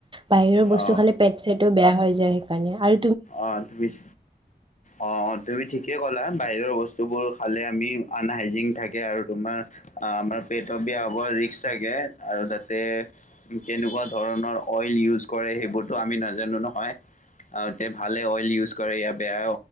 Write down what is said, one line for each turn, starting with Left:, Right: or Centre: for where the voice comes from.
Right: বাহিৰৰ বস্তু
Left: অ
Right: খালি পেট চেটও বেয়া হৈ যায় কাৰণে অঁ
Left: অঁ তুমিছ অঁ অঁ তুমি ঠিকে ক'লা বাহিৰৰ বস্তুবোৰ খালে আমি আনহাইজিন থাকে আৰু তোমাৰ আমাৰ পেটৰ বেয়া হব ৰিক্স থাকে আৰু তাতে কেনেকুৱা ধৰণৰ অইল ইউজ কৰে সেইবোৰতো আমি নাজানো নহয়। ভালে অইল ইউজ কৰে ইয় বেয়া